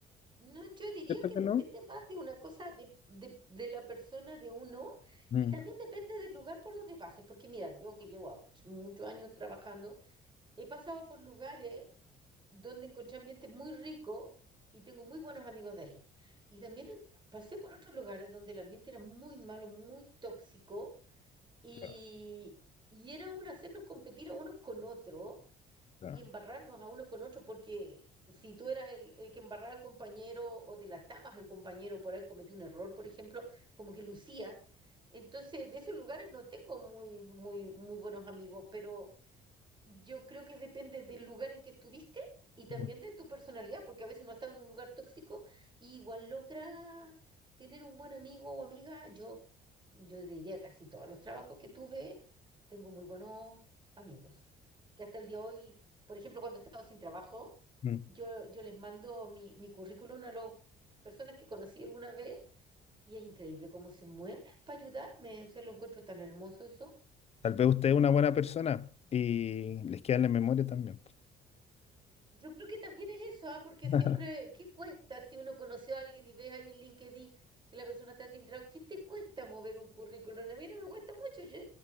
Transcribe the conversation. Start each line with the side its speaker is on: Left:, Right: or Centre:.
Right: no, yo diría
Left: ¿Cierto
Right: que
Left: que
Right: depende
Left: no?
Right: más de una cosa de, de- de la persona de uno
Left: Mm,
Right: y también depende del lugar por donde pases, porque mira, yo que llevo muchos años trabajando, he pasado por lugares donde encontré ambientes muy ricos y tengo muy buenos amigos de ahí. Y también en- pasé por otros lugares donde el ambiente era muy malo, muy tóxico y,
Left: claro,
Right: y era un hacernos competir a unos con otros
Left: claro.
Right: y embarrarnos a uno con otro, porque si tú eras el, el que embarraba al compañero o delatabas al compañero por haber cometido un error, por ejemplo, como que lucías. Entonces, de esos lugares no tengo muy, muy, muy buenos amigos, pero yo creo que depende del lugar en que estuviste y también
Left: Mm,
Right: de tu personalidad, porque a veces uno está en un lugar tóxico y igual logra tener un buen amigo o amiga. Yo, yo diría casi todos los trabajos que tuve, tengo muy buenos amigos, que hasta el día de hoy, por ejemplo, cuando he estado sin trabajo,
Left: mm.
Right: yo, yo les mando mi, mi currículum a las personas que conocí alguna vez y es increíble cómo se mueven para ayudarme. O sea, lo encuentro tan hermoso eso
Left: Tal vez usted es una buena persona y les queda en la memoria también.
Right: Yo creo que también es eso, ¿ah? Porque
Left: <laughs>
Right: siempre, ¿qué cuesta si uno conoció a alguien y ves ahí en LinkedIn que la persona está sin trabajo? ¿Qué te cuesta mover un currículum? A mí no me cuesta mucho, yo,